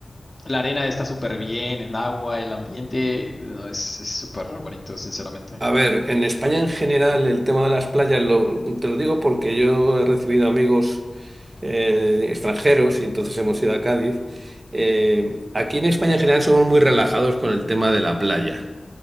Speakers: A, on the left; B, on the right.
A: La arena está súper bien, el agua, el ambiente, no, es es súper bonito, sinceramente.
B: A ver, en España en general el tema de las playas, lo- te lo digo porque yo he recibido amigos eh, extranjeros y entonces hemos ido a Cádiz. Eh, aquí en España en general somos muy relajados con el tema de la playa.